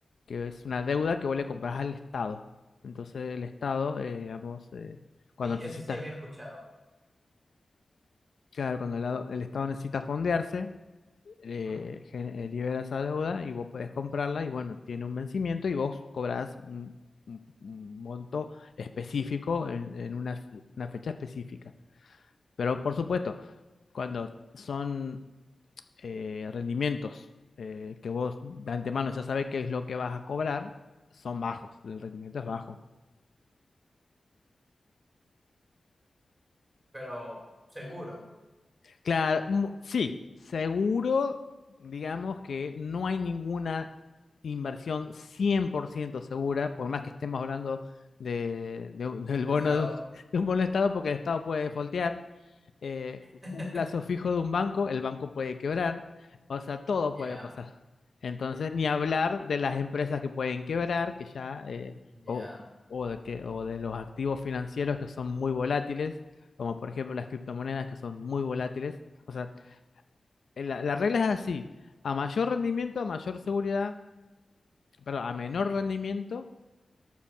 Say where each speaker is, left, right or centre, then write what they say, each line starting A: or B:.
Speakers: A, on the left; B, on the right.
A: que es una deuda que vos le comprás al Estado. Entonces el Estado, eh, digamos, eh, cuando
B: Sí,
A: necesitas
B: eso sí había escuchado,
A: Claro, cuando el, lado- el Estado necesita fondearse, eh,
B: ¿m?
A: gen- eh, libera esa deuda y vos podés comprarla y bueno, tiene un vencimiento y vos cobrás un, un- un monto específico en, en una, f- una fecha específica. Pero por supuesto, cuando son eh, rendimientos eh, que vos de antemano ya sabés qué es lo que vas a cobrar, son bajos, el rendimiento es bajo.
B: pero seguro
A: Claro, mm, sí, seguro, digamos que no hay ninguna inversión 100% segura, por más que estemos hablando de, de un- del
B: del
A: bono
B: estado.
A: de un, <laughs> de un bono de Estado, porque el Estado puede defaultear, eh,
B: <laughs>
A: un plazo fijo de un banco, el banco puede quebrar, o sea, todo
B: Ya,
A: puede pasar. Entonces, ni hablar de las empresas que pueden quebrar, que ya, eh,
B: ya.
A: o, o de que, o de los activos financieros que son muy volátiles, como por ejemplo las criptomonedas que son muy volátiles. O sea, eh, la, la regla es así, a mayor rendimiento, a mayor seguridad, perdón, a menor rendimiento,